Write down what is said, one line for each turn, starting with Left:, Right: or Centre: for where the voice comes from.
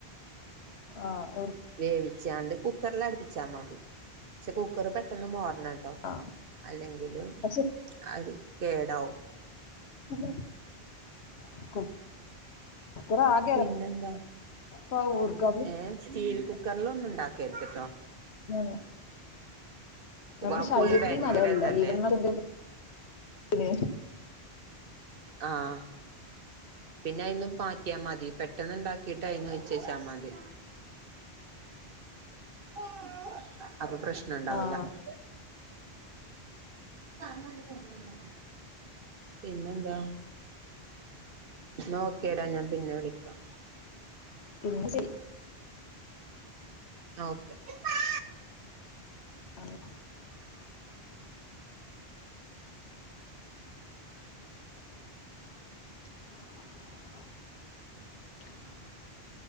Left: ആഹ
Right: വേവിച്ചാണ്ട് കുക്കറൽ അടുപ്പിച്ചാൽ മതി ക്ഷെ കുക്കർ പെട്ടെന്ന് മോറ ണ ട്ടോ
Left: ആഹ്
Right: അല്ലെങ്കില്
Left: പക്ഷെ
Right: അ കേടാവ
Left: <unintelligible> ആകെ
Right: പിന്നെന്താ
Left: എരപ്പാ ഊർക്കാപ്പുളി
Right: ഏർ സ്റ്റീൽ കുക്കറിലൊ ന്നും ണ്ടാ ക്കേർത് ട്ടോ
Left: ഉഹ നമ്മള്
Right: ആ
Left: ശരീരത്തി
Right: പുളി ഭയങ്കര
Left: നൊന്നും നല്ലേല്ല
Right: ഇതല്ലേ
Left: ലീവർനക്കന്തേ <unintelligible>
Right: ആഹ പിന്നെ അയിന്ന മാറ്റിയാ മതി പെട്ടന്ന് ഉണ്ടാക്കിട്ട്യിന്ന് ഒഴിച്ചേച്ച മതി
Left: <unintelligible>
Right: <inaudible> അപ്പൊ പ്രശ്നുണ്ടാവൂല
Left: ആഹ്
Right: <inaudible> നീ വന്ന പിന്നെ എന്താ നോക്കിയടാ ഞാൻ പിന്നെ വിളിക്കാം
Left: ഇന്നാ ശരി
Right: ഓക്കെ
Left: അതെ <inaudible>